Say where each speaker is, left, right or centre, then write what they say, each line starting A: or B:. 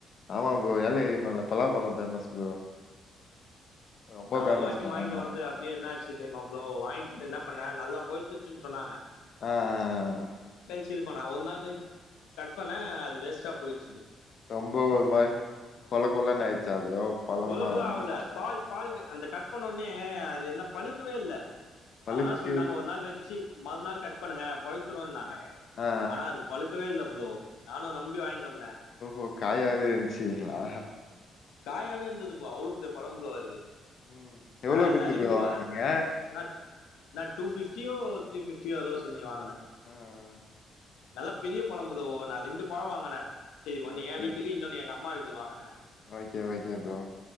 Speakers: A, on the left; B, on the left.
A: ஆமா ப்ரோ ஏலகிரி மழையில பலாப்பழம் பேமஸ் ப்ரோ ரொம்ப
B: நா
A: ஃபேமஸ்
B: ஒரு வாட்டி
A: ப்ரோ
B: வாங்ட்டு
A: ஆமா.
B: வந்து அப்டியே என்னாச்சி தெர்மா ப்ரோ வாய்ன்ட்டு வந்து என்னா பண்ண நல்லா பழுத்துருச்சின் சொன்னாங்க
A: ஆ ஆ ஆ ஆ
B: சி இது பண்ண ஒரு நாள் கழிச்சி கட் பண்ண அது வேஸ்ட்டா போயிச்
A: ரொம்ப ஒரு மாரி கொல கொலன்னு ஆயிடுச்சா ப்ரோ பழமா
B: கொலக்கொல ஆவுல பால்
A: ஆ
B: பால் அந்த கட் பண்ண உனே அ அது என்ன பழுக்கவே இல்ல
A: பழுக்கு
B: அவ என்ன சொல்டாங்க ஒரு நாள் வெச்சி வெச்சி மறு நாள் கட் பண்ணுங்க பழுத்துருனாங்க
A: ஆ
B: ஆனா அது பழுக்கவே இல்ல ப்ரோ நானு நம்பி வாய்ன்ட்டு வந்த
A: ஓ காயாவே இருந்ச்சிங்ளா
B: காயாவே இருந்தது ப்ரோ அவ்ளோ பெரிய பழம் ப்ரோ அது
A: ம் எவ்ளோ
B: நா எல்லா
A: குத்து
B: ரெண்டு
A: ப்ரோ
B: ப
A: வாங்குனீங்க
B: நா நா டூ ஃபிப்டியோ த்ரீ ஃபிப்டியோ ஏதோ சொல்லி வாங்குன
A: ம்
B: நல்லா பெரிய பழம் ப்ரோ நா ரெண்டு பழ வாங்குன சரி ஒன்னு
A: ஓகே
B: ஏன் வீட்டுக்கு இன்னொன்னு எங்க அம்மா வீட்டுக்கு கு வாங்குன
A: ஓகே ஓகே ப்ரோ